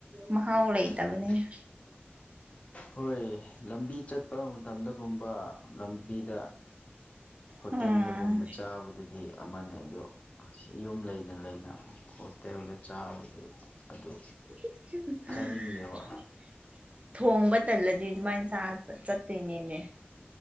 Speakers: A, on the right (about 30°); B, on the left (about 35°).
A: ꯃꯍꯥꯎ ꯂꯩꯇꯕꯅꯦꯗ꯫
B: ꯎꯝ ꯍꯣꯏ ꯂꯝꯕꯤ ꯆꯠꯄ ꯃꯇꯝꯗꯒꯨꯝꯕ ꯂꯝꯕꯤꯗ ꯍꯣꯇꯦꯟꯕꯒꯨꯝꯕ
A: ꯎꯝ
B: ꯆꯥꯕꯗꯗꯤ ꯑꯃꯅꯦ ꯑꯗꯣ ꯌꯨꯝ ꯂꯩꯅ ꯂꯩꯅ ꯍꯣꯇꯦꯜꯗ ꯆꯥꯕꯗꯨ ꯑꯗꯨ꯫
A: <unintelligible>
B: ꯆꯥꯅꯤꯡꯗꯦꯕ
A: ꯊꯣꯡꯕ ꯇꯜꯂꯗꯤ ꯑꯗꯨꯃꯥꯏꯅ ꯆꯥ ꯆꯠꯇꯣꯏꯅꯤꯅꯦ꯫